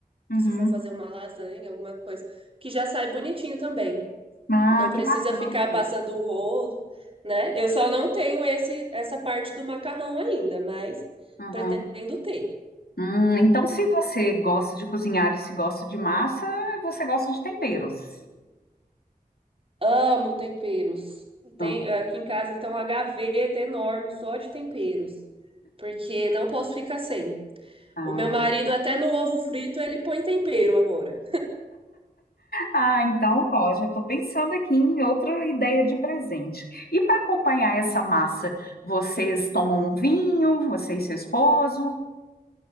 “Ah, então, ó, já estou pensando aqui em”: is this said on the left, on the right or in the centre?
Left